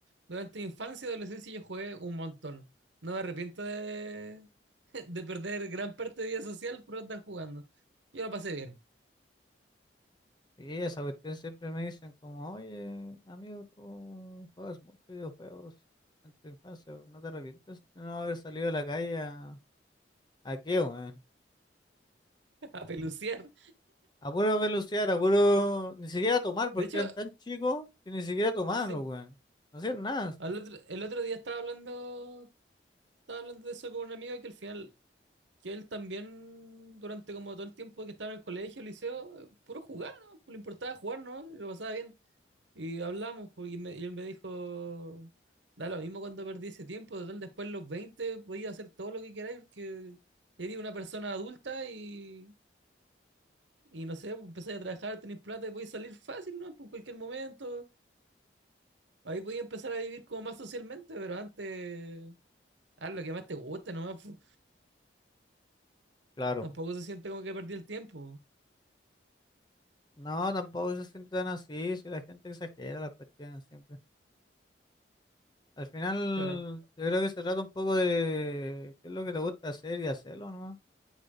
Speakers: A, on the right; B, on the left.
A: durante mi infancia y adolescencia yo jugué un montón. No me arrepiento de, <laughs> de perder gran parte de vida social por andar jugando. Yo lo pasé bien,
B: Y esa cuestión siempre me dicen como, oye, amigo, tú juegas muchos videojuegos en tu infancia, ¿no te arrepientes de no haber salido a la calle a, ¿A qué, weón?
A: <laughs> a peluciar.
B: A puro velocidad, a puro... Ni siquiera tomar, porque
A: De hecho,
B: eran tan chicos que ni siquiera tomaban
A: sí,
B: los weones. No hacían nada. así.
A: al otro- el otro día estaba hablando, estaba hablando de eso con un amigo que al final, que él también, durante como todo el tiempo que estaba en el colegio, el liceo, eh, puro jugar, ¿no? Pues Le importaba jugar, ¿no? Y lo pasaba bien. Y hablamos, porque me- y él me dijo, da lo mismo cuando perdí ese tiempo, total, después de los 20 podía hacer todo lo que queráis, porque eres una persona adulta y Y no sé, pues empezáis a trabajar, tenéis plata y podéis salir fácil, ¿no? Por cualquier momento. Ahí podéis empezar a vivir como más socialmente, pero antes, haz lo que más te guste, nomás. pu.
B: Claro.
A: Tampoco se siente como que perdí el tiempo.
B: No, tampoco se siente tan así, si la gente exagera las cuestiones siempre. Al final,
A: Claro.
B: yo creo que se trata un poco de qué es lo que te gusta hacer y hacerlo, ¿no?